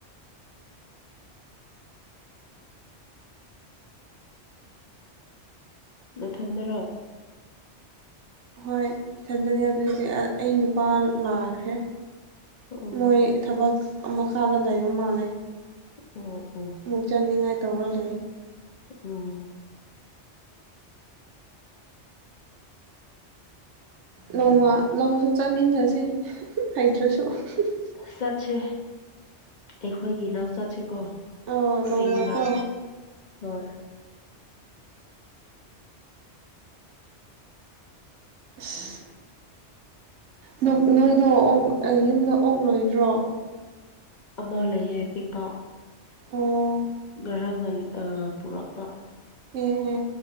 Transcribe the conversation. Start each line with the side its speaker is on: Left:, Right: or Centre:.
Left: ꯅꯊꯟꯗꯔꯣ꯫
Right: ꯍꯣꯏ ꯏꯊꯟꯗꯅꯦ ꯑꯗꯨꯗꯤ ꯑꯩ ꯅꯨꯄꯥ ꯂꯥꯛꯈ꯭ꯔꯦ
Left: ꯑꯣ
Right: ꯃꯣꯏ ꯊꯕꯛ ꯑꯃꯈꯥꯗ ꯂꯩꯕ ꯃꯥꯜꯂꯦ꯫
Left: ꯑꯣ ꯑꯣ꯫
Right: ꯑꯃꯨꯛ ꯆꯟꯅꯤꯡꯉꯥꯏ ꯇꯧꯔ ꯂꯩ꯫
Left: ꯑꯣ꯫
Right: ꯅꯣꯡꯃ ꯂꯧꯁꯨ ꯆꯠꯃꯤꯟꯅꯁꯦ ꯍꯩꯇ꯭ꯔꯁꯨ꯫ <unintelligible>
Left: ꯆꯠꯁꯦ ꯑꯩꯈꯣꯏꯒꯤ ꯂꯧ ꯆꯠꯁꯤꯀꯣ꯫
Right: ꯑꯣ ꯅꯣꯡꯃꯀꯣ
Left: ꯑꯩꯒꯤ ꯂꯩ ꯍꫭꯏ꯫
Right: ꯑꯁ꯫ ꯅꫭꯛ ꯅꯣꯏꯗꯣ ꯑꯣꯛ ꯑꯩ ꯌꯨꯝꯗ ꯑꯣꯛ ꯂꯣꯏꯗ꯭ꯔꯣ꯫
Left: ꯑꯃ ꯂꯩꯌꯦ ꯑ ꯄꯤꯛꯄ꯫
Right: ꯑꯣ꯫
Left: ꯉꯔꯥꯡꯅ ꯑ ꯄꯨꯔꯛꯄ꯫
Right: ꯑꯦ ꯑꯦ